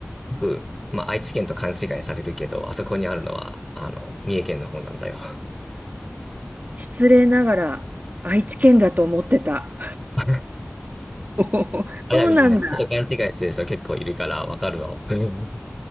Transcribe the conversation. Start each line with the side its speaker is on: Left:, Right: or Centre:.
Centre: 僕、まあ、愛知県と勘違いされるけど、あそこにあるのは、あの、三重県の方なんだよ。
Right: 失礼ながら愛知県だと思ってた。
Centre: <laughs>
Right: <laughs> そうなんだ。
Centre: あやみでね、ちょっと勘違いしてる人結構いるから、わかるわ。うん